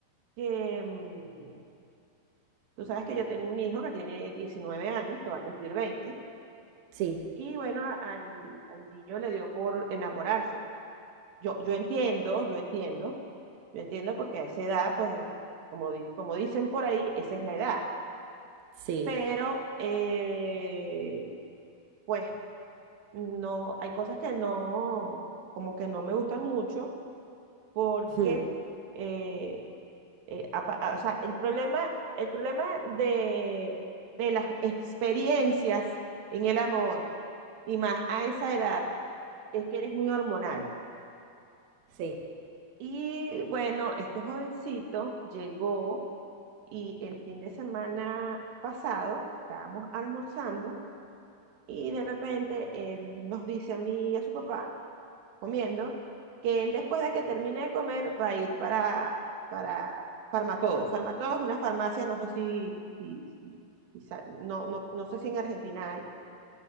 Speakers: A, on the right (about 85°); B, on the right (about 70°).
A: que mm, tú sabes que yo tengo un hijo que tiene 19 años, que va a cumplir veinte,
B: Sí,
A: Y bueno, a- al, al niño le dio por enamorarse. pues. Yo, yo entiendo, yo entiendo, yo entiendo porque a esa edad, pues, como, di- como dicen por ahí, esa es la edad.
B: sí,
A: Pero, eh, pues no, hay cosas que no, como que no me gustan mucho porque,
B: <laughs> mm,
A: eh, eh, apa- a- o sea, el problema, el problema de, de las experiencias en el amor y más a esa edad es que eres muy hormonal.
B: sí.
A: Y bueno, este jovencito llegó y el fin de semana pasado estábamos almorzando y de repente él nos dice a mí y a su papá comiendo, que él después de que termine de comer va a ir para, para Farmatodo. Farmatodo es una farmacia, no sé si, si- si- si sa- no, no, no sé si en Argentina hay.